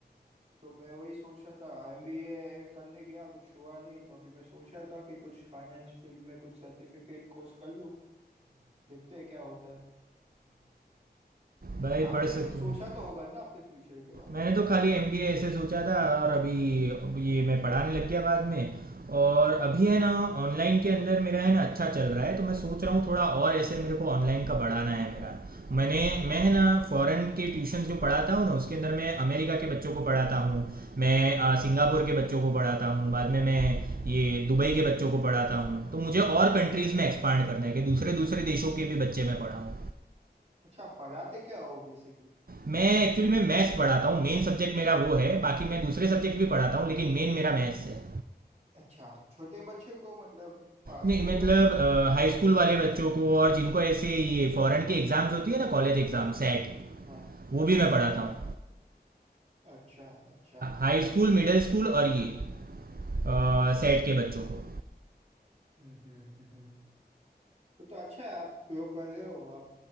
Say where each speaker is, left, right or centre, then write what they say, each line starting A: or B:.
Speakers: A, on the right (about 40°); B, on the right (about 60°).
A: तो मैं वही सोच रहा था एमबीए करने गया कुछ हुआ नहीं तो अभी मैं सोच रहा था कि कुछ फाइनेंस फील्ड में कुछ सर्टिफिकेट कोर्स कर लूं देखते हैं क्या होता है
B: भाई
A: आपने
B: पढ़
A: भी
B: सकते
A: कुछ सोचा
B: हो
A: तो होगा ना अपने फ्यूचर के बारे
B: मैंने
A: में
B: तो खाली एम ऐसे सोचा था और अभी ये मैं पढ़ाने लग गया बाद में और अभी है ना ऑनलाइन के अंदर मेरा है ना अच्छा चल रहा है तो मैं सोच रहा हूँ थोड़ा और ऐसे मेरे को ऑनलाइन का बढ़ाना है मेरा मैंने मैं है ना फॉरेन के ट्यूशन जो पढ़ाता हूँ ना उसके अंदर मैं अमेरिका के बच्चों को पढ़ाता हूँ मैं अ, सिंगापुर के बच्चों को पढ़ाता हूँ बाद में मैं ये दुबई के बच्चों को पढ़ाता हूँ तो मुझे और कंट्रीज़ में एक्सपांड करना है कि दूसरे दूसरे देशों के भी बच्चे मैं पढ़ाऊँ
A: अच्छा आप पढ़ाते क्या हो बेसिकली
B: मैं एक्चुअली मैं मैथ्स पढ़ाता हूँ मेन सब्जेक्ट मेरा वो है बाकी मैं दूसरे सब्जेक्ट भी पढ़ाता हूँ लेकिन मेन मेरा मैथ्स है
A: अच्छा छोटे बच्चों को मतलब आ, स्कूल
B: नहीं मतलब
A: वाले बच्चों को
B: हाई स्कूल वाले बच्चों को और जिनको ऐसे ये फॉरेन की एग्जाम्स होती है ना कॉलेज एग्जाम सेट
A: हाँ
B: वो भी मैं
A: अच्छा
B: पढ़ाता हूँ
A: अच्छा अच्छा
B: हाई स्कूल मिडिल स्कूल और ये आ,
A: अच्छा
B: सेट के बच्चों को
A: हम्म हम्म हम्म हम्म। वो तो अच्छा है आप ग्रो कर रहे हो आप